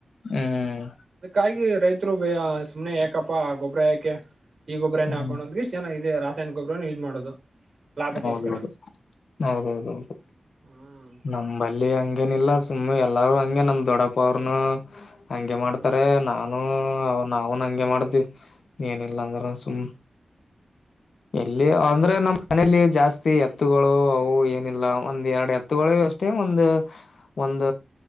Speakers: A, on the left (about 75°); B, on the right (about 55°).
A: ಹ್ಮ್
B: ಾಗಿ ರೈತರು ಸುಮ್ಮನೆ ಯಾಕಪ್ಪ ಗೊಬ್ರರ ಯಾಕೆ ಈ ಗೊಬರನ
A: ಹ್ಮ್
B: ಹಾಕೊಂಡುೋದ್ ಚೆ ಇದೆ ರಾಸಾಯನಿಕೊಬ್ಬರನ ಯೂಸ್ ಮಾಡೋದು ಲಾಭಕ್ಕೋಸ್ಕರ
A: ಹೌದೌದು ಹೌದದು ಹದುದು
B: ಹ್ಮ್
A: ನಮಲ್ಲಿ ಹಂಗೇನ ಇಿಲ್ಲಾ ಸುಮ್ಮನೆ ಎಲ್ಲಾರೂ ಹಗೆ ನಮ್ ದೊಡ್ಡಪ್ಪ ಅವ್ರನು ಹಂಗೆ
B: ಹ್ಮ್
A: ಮಾಡ್ತಾರೆ ನಾನು ಅವ ನಾವನ್ ಹಗೆ ಮಾಡ್ದವಿ ಏನಿಲ್ಲ ಅಂದ್ರ ಸುಮ್ ಎಲ್ಲಿ ಅಂದ್ರೆ
B: ಹೌದಾ
A: ನಮ್ಮ್ ಮನಲಿ ಜಾಸ್ತಿ ಎತ್ತುಗಳು ಅವು ಏನಿಲ್ಲ ಒಂದ್ ಎರಡು ಎತ್ತು ತಗೊಳ್ಳ ಅಷ್ಟೇ ಒಂದ ಒಂದ